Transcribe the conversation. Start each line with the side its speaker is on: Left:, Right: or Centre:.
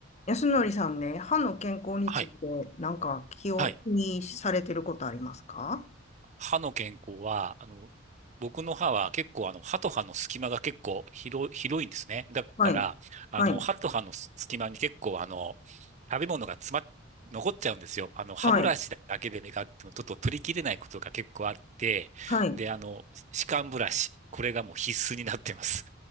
Left: 安則さんね、歯の健康について、
Right: はい。
Left: なんか気を気にされてることありますか
Right: はい。歯の健康は、あの、僕の歯は結構、あの、歯と歯の隙間が結構広い、広いんですね。だから、
Left: はい。
Right: あの、
Left: はい。
Right: 歯と歯の隙間に結構、あの、食べ物が詰まっ、残っちゃうんですよ。あの、歯ブラシだけで磨いてもちょっと取りきれないことが結構あって、
Left: はい。はい。
Right: で、あの、歯間ブラシ、これがもう必須になってます。